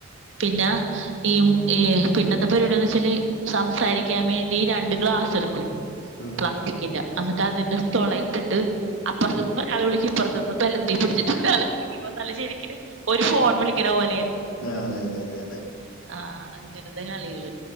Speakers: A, on the right; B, on the left.
A: പിന്നെ ഈ പിന്നത്തെ പരി ഇവിടെന്ന് വെച്ചാല് സംസാരിക്കാൻ വേണ്ടി രണ്ട് ക്ലാസ് എടുക്കും
B: ഉം,
A: പ്ലാസ്റ്റിക്കിന്റെ എന്നിട്ട് അതിന്റെ തൊ ളയിട്ടിട്ട് അപ്പുറത്ത്
B: ഉം,
A: കളവിളി അപ്പുറത്തുന്ന് ബലത്തി പിടിച്ചിട്ട് ഒരാൾ നല്ല ശരിക്കന് ഒരു ഫോൺ വിളിക്കണ പോലെയാ
B: ആഹ് അതെ അതെ അതെ അതെ
A: ആഹ് അങ്ങനത്തെ കളികള്